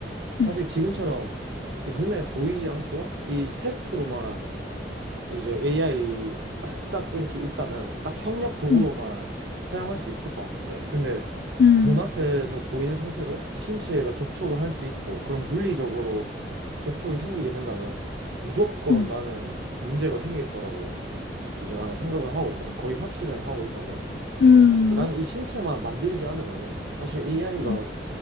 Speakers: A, on the left (about 60°); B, on the right (about 75°).
A: 응,
B: 사실 지금처럼 이 눈에 보이지 않고 이 텍스트로만 이제 AI 딱딱 이렇게 있다면 딱 협력 도구로만
A: 응,
B: 사용할 수 있을 것 같은데. 근데
A: 응,
B: 눈앞에서 보이는 상태로 신체가 접촉을 할 수 있고 그런 물리적으로 접촉이 생기게 된다면 무조건
A: 응,
B: 나는 문제가 생길 거라고 이제 나는 생각을 하고 있거든. 거의 확신을 하고 있어서.
A: 응,
B: 나는 이 신체만 만들지 않으면은 사실 AI가
A: 응,